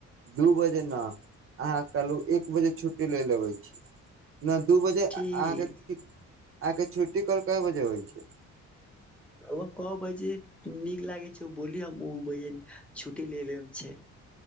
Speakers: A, on the right; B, in the centre.
A: दू बजे ने अहाँ कहलू एक बजे छुट्टी लै ल अबै छी नहि दू बजे
B: ठीक
A: अहाँके ठीक आहांके छुट्टी <unintelligible> कय बजे होइ छैय
B: ओ कहबै जे नीक लागै छैय बोली हम ओ छुट्टी ले लेम छैय